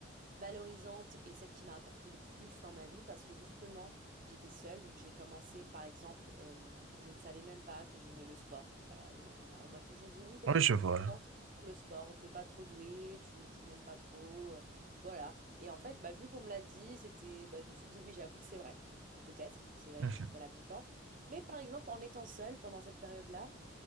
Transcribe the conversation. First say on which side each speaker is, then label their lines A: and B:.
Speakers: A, on the right; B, on the right.
A: valorisante et celle qui m'a apporté le plus dans ma vie parce que justement, j'étais seule. Donc j'ai commencé, par exemple, euh, je ne savais même pas que j'aimais le sport. Voilà, et on m'a on m'a toujours dit, oui, toi,
B: Oui,
A: t'es
B: je
A: pas
B: vois.
A: forte pour le sport, t'es pas trop douée, tu, tu n'aimes pas trop. euh, voilà. Et en fait, bah, vu qu'on me l'a dit, c'était, bah, je me suis dit, oui, j'avoue que c'est vrai. Euh, Peut-être, c'est vrai
B: ouais.
A: que je suis pas la plus forte. Mais par exemple, en étant seule pendant cette période-là,